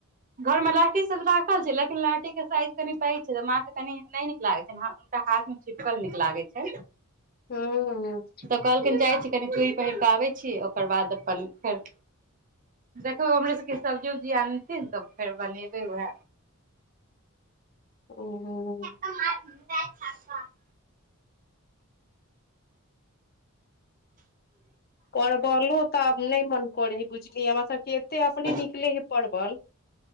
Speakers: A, on the right; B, on the left.
A: घरमे लहठी सभ तऽ राखल छै, लेकिन लहठी के साइज कनि पैघ छै तऽ माँ के कनी नहि नीक लागैत छै। टा हाथमें चिपकल नीक लागै छै।
B: हूँ।
A: तऽ कहलखिन जाइ छी, कनि चूरी पहिर कऽ आबै छी, ओकर बाद अपन फेर। देखो हमरे सभके सब्जी उब्जी आनथिन ने तऽ फेर बनेबै उएह
B: ओहो।
A: <unintelligible> ख
B: परबलो तऽ नहि मन करै हइ बुझलिय हमरा सभके एते अपने
A: ह,
B: निकले हे परवल